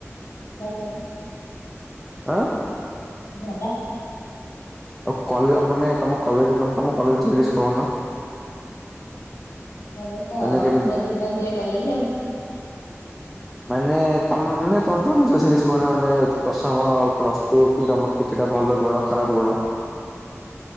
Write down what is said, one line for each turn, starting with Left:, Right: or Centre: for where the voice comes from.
Left: ଭଲ ସବୁ
Centre: ଆଁ
Left: ହ ଭଲା
Centre: ଆଉ କଲେ ମାନେ ତମ କଲେ ମାନେ ତମ କଲେଜ ବିଷରେ କିଛି କହୁନ
Left: ହୁଁ ହେଲେ ତ
Centre: ମାନେ କେମିତି
Left: ପୁରା ଦୁର୍ଦନ୍ଦଆ କଲେ ଯଉ
Centre: ମାନେ ତମ ମାନେ ତମେ ତ ନିଜ ବିଷରେ କିଛି କୁହନ ମାନେ ଆ ଟର କିଛିଟା ଭଲ ଗୁଣ ଖରାପ ଗୁଣ